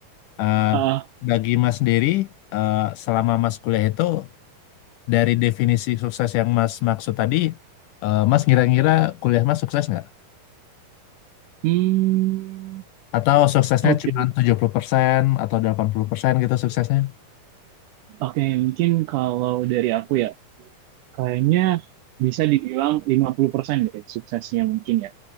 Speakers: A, on the left; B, on the right.
A: Eh,
B: heeh.
A: bagi Mas sendiri, eh, selama Mas kuliah itu dari definisi sukses yang Mas maksud tadi, eh, Mas ngira-ngira kuliah Mas sukses nggak?
B: Hmm,
A: Atau suksesnya
B: oke.
A: cuma
B: okay.
A: 70% atau 80% gitu suksesnya?
B: Oke, okay, mungkin kalau dari aku ya, kayaknya bisa dibilang 50% deh suksesnya mungkin ya.